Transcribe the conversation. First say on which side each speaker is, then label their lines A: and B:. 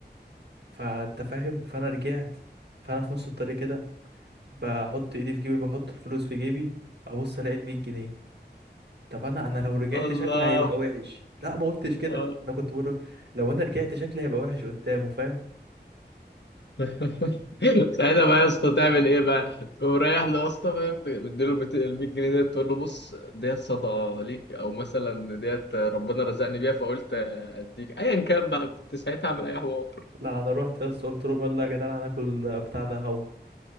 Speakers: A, on the right (about 70°); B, on the left (about 75°).
A: فانت فاهم فانا رجعت فانا في نص الطريق كده بحط ايدي في جيبي بحط الفلوس في جيبي ابص الاقي ال 100 جنيه طب انا انا لو رجعت
B: الله
A: شكلي هيبقى وحش لا ما قلتش كده
B: اه
A: انا كنت بقول له لو انا رجعت شكلي هيبقى وحش قدامه فاهم
B: <laughs> ساعتها بقى يا اسطى تعمل ايه بقى؟ تقوم رايح له يا اسطى فاهم مديله بت- ال 100 جنيه ديت تقول له بص ديت صدقه ليك او مثلا ديت ربنا رزقني بيها فقلت اديك ايا كان بقى كنت ساعتها اعمل اي حوار
A: لا انا رحت يا اسطى قلت لهم يلا يا جدعان هناكل بتاع ده هوا